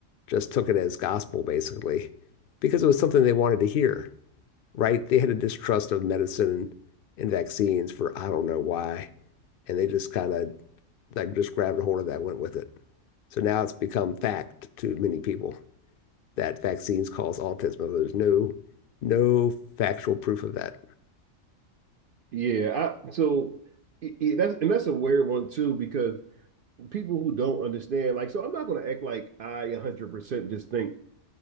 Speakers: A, on the left; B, on the right.
A: just took it as gospel, basically, because it was something they wanted to hear, right? They had a distrust of medicine and vaccines for I don't know why. And they just kind of like just grabbed a hold of that and went with it. So now it's become fact to many people that vaccines cause autism. but There's no no factual proof of that.
B: Yeah, I so i- i- that's and that's a weird one too because people who don't understand, like, so I'm not going to act like I 100% just think